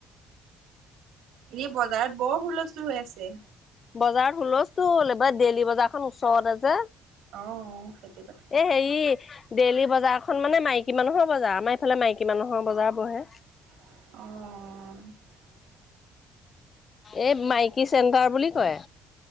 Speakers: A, on the right (about 75°); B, on the left (about 45°).
A: এনেই বজাৰত বৰ হুলস্থুল হৈ আছে
B: বজাৰত হুলস্থুল এইবাৰ দেইলী বজাৰখন ওচৰতে যে
A: অ' সেইটো কথা
B: এ হেই ডেইলী বজাৰখন মানে মাইকী মানুহৰ বজাৰ আমাৰ এইফালে মাইকী মানুহৰ বজাৰ বহে
A: অঁ
B: এই মাইকী চেণ্টাৰ বুলি কয়